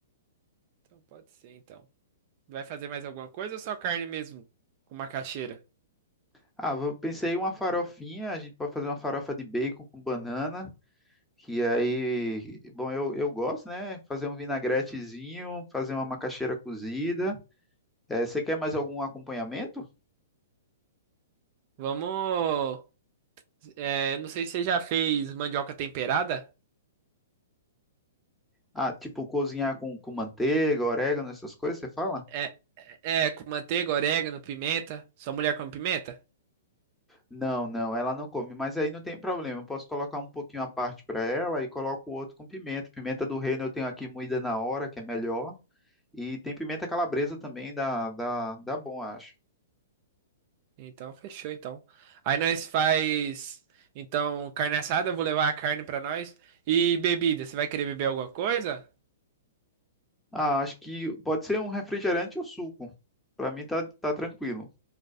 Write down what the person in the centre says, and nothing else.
Ah, eu pensei em uma farofinha, a gente pode fazer uma farofa de bacon com banana, que aí, bom, eu, eu gosto, né? Fazer um vinagretezinho, fazer uma macaxeira cozida. Eh, você quer mais algum acompanhamento?
Ah, tipo cozinhar com, com manteiga, orégano, essas coisas, você fala?
Não, não, ela não come, mas aí não tem problema. Eu posso colocar um pouquinho à parte para ela e coloco o outro com pimenta. Pimenta do reino eu tenho aqui moída na hora, que é melhor. E tem pimenta calabresa também, dá, dá, dá bom, acho.
Ah, acho que pode ser um refrigerante ou suco. Pra mim tá, tá tranquilo.